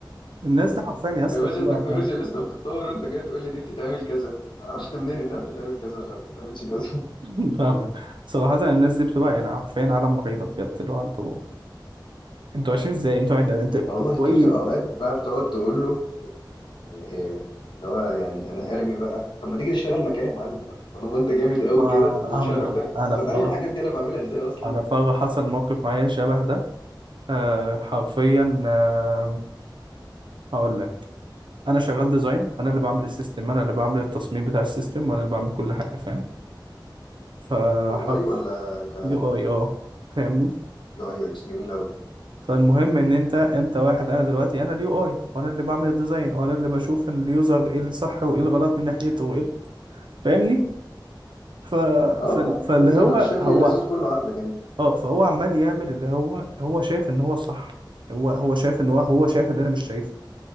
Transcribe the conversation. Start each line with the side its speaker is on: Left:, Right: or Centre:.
Right: الناس دي حرفيا يا اسطى
Left: يا باشا
Right: بتبقى
Left: التكنولوجيا لسه بتتطور وانت جاي تقول لي دي بتتعمل كذا عرفت منين انها بتتعمل كذا ولا ما بتتعملش كذا
Right: <laughs> فاهمك صراحة الناس دي بتبقى يعني حرفيا عالم مريضة بجد اللي هو انتوا انتوا عايشين ازاي انتوا عند- انت
Left: <laughs> والله
Right: شوية
Left: انت بتبقى اوقات بقى بتقعد تقول له إيه، اللي هو يعني انا ارمي بقى طب ما تيجي تشتغل مكاني يا معلم بقى طالما انت جامد قوي
Right: ما
Left: كده وبتعرف
Right: هعمل لك.
Left: تع-
Right: انا
Left: انت
Right: في
Left: تعرف
Right: مرة
Left: الحاجات دي انا بعملها ازاي اصلا
Right: انا في مرة حصل موقف معايا شبه ده آه حرفيا آه هقول لك انا شغال ديزاين فانا اللي بعمل السيستم انا اللي بعمل التصميم بتاع السيستم وانا اللي بعمل كل حاجة فاهم فحرفيا
Left: يو اي ولا ك
Right: يو اي اه فاهمني
Left: يو اي يو اكس جميل قوي
Right: فالمهم ان انت انت واحد انا دلوقتي انا اليو اي وانا اللي بعمل الديزاين وانا اللي بشوف ان اليوزر ايه الصح وايه الغلط من ناحيته وايه ال- فاهمني ف...
Left: اه آه،
Right: ف... فاللي
Left: انت الشكل
Right: هو هو
Left: اللذيذ كله عندك انت
Right: اه فهو عمال يعمل اللي هو هو شايف ان هو صح هو هو شايف ان هو هو شايف اللي انا مش شايفه